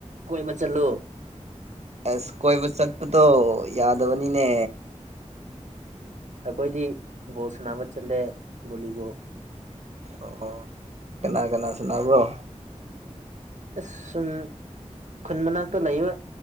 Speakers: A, on the right; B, on the right.
A: ꯀꯣꯏꯕ ꯆꯠꯂꯨ
B: ꯑꯁ ꯀꯣꯏꯕ ꯆꯠꯄꯗꯣ ꯌꯥꯗꯕꯅꯤꯅꯦ
A: ꯑꯩꯈꯣꯏꯗꯤ ꯕꯣꯜ ꯁꯥꯟꯅꯕ ꯆꯠꯂꯦ ꯕꯣꯂꯤꯕꯨꯣ
B: ꯑꯣ ꯀꯅꯥ ꯀꯅꯥ ꯁꯅꯥꯕ꯭ꯔꯣ
A: ꯑꯁ ꯁꯨꯝ ꯈꯨꯟ ꯃꯅꯥꯛꯇ ꯂꯩꯕ